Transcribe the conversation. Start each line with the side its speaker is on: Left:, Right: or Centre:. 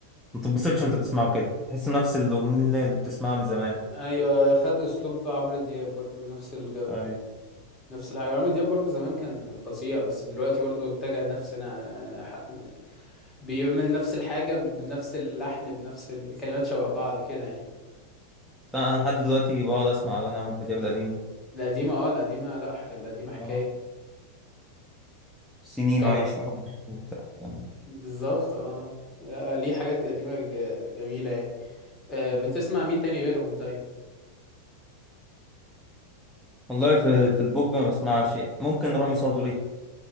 Centre: ما تتبسطش وانت بتسمعه كده تحس نفس الاغنيه اللي بتسمعها من زمان
Left: ايوه خد اسلوب عمرو دياب برضو نفس الجو
Centre: أي
Left: نفس الحاجه عمرو دياب برضو زمان كان فظيع بس دلوقتي برضو اتجه نفس نا- ح- بيعمل نفس الحاجه بنفس اللحن بنفس الكلمات شبه بعض كده يعني
Centre: بس انا لحد دلوقتي بقعد اسمع اغاني عمرو دياب القديم
Left: القديمه اه القديمه لا ح- القديمه حكايه
Centre: آه. سنين
Left: طب
Centre: عايش لحبك وبتاع كلام من ده.
Left: بالظبط اه لا، ليه حاجات قديمه ج- جميله يعني آه
Centre: <laughs>
Left: بتسمع مين تاني غيرهم طيب
Centre: والله في في البوب ما بسمعش شيء ممكن رامي صبري